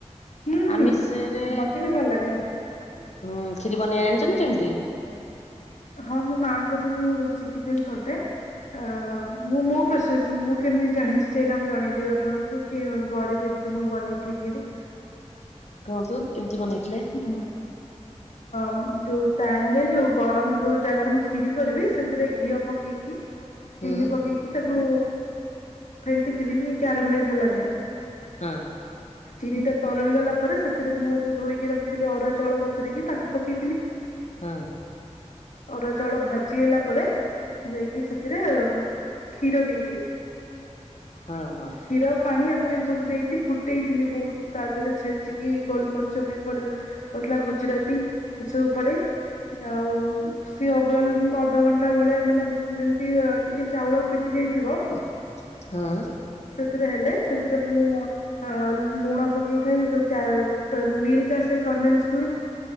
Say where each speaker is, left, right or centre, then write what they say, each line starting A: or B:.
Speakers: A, on the left; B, on the left.
A: ହୁଁ ହୁଁ
B: ଆମିଷରେ
A: ମତେ ବି ଭଲ ଲାଗେ ମିଠା।
B: ହୁଁ ଖିରି ବନେଇବା ଜାଣିଛନ୍ତି କେମିତି?
A: ହଁ ମୁଁ ମାଆଙ୍କଠୁ ଶିଖିଥିଲି ଥରଟେ। ଅ ମୁଁ ମୋ ପ୍ରୋସେସ ମୁଁ କେମିତି ଜାଣିଛି ସେଇଟା ମୁଁ ଜଣେଇଦେବି ଆପଣଙ୍କୁ। ତ କେଓ ଘରେ କେମିତି ମୁଁ ବନେଇଥିଲି ଖିରି।
B: କୁହନ୍ତୁ କେମିତି ବନେଇଥିଲେ।
A: ହୁଁ ମୁଁ ଯୋଉ ପ୍ୟାନ ରେ ଯୋଉ ଗରମ ଯୋଉ ଜାଗାରେ ମୁ ଖିରି କରିବି ସେଥିରେ ଘିଅ ପକେଇକି
B: ହୁଁ।
A: ଚିନି ପକେଇକି ତାକୁ ଫେଣ୍ଟିଥିଲି କ୍ୟାରମଲାଇଜ ହେଲା ଯାଏଁ।
B: ହୁଁ।
A: ଚିନି ଟା ତରଳି ଗଲା ପରେ ସେଥିରେ ମୁଁ ଯୋଉ ଧୋଇକି ରଖିଥିଲି ଅରୁଆ ଚାଉଳ ବତୁରେଇକିି ତାକୁ ପକେଇଥିଲି।
B: ହୁଁ।
A: ଅରୁଆ ଚାଉଳ ଭାଜି ହେଲା ପରେ ଯାଇକି ସେଥିରେ କ୍ଷୀର ଦେଇଥିଲି।
B: ହଁ ହଁ।
A: କ୍ଷୀର ପାଣି ଆକୁ ଏ ସବୁ ଦେଇକି ଫୁଟେଇଥିଲି ବହୁତ୍ ତା ଦେହରେ ଛେଚିକି ଗୋଲମରିଚ ବି ପଡ ପଡିଥିଲା ଗୁଜୁରାତି ଏସବୁ ପଡେ ଆଉ ସିଏ ଓଭେଲ୍ ଅଧଘଣ୍ଟା ଭଳିଆ ମାନେ ଯେମିତି ଟିକିଏ ଚାଉଳ ଫିଟି ଯାଇଥିବ
B: ହୁଁ।
A: ସେଥିରେ ହେଲେ ସେଥିରେ ମୁଁ ଅ ଲୁଣା ପକେଇଥାଏ ଯୋଉ କ୍ୟା ମିଲ୍କ ଆସେ କଡେନ୍ସ ମିଲ୍କ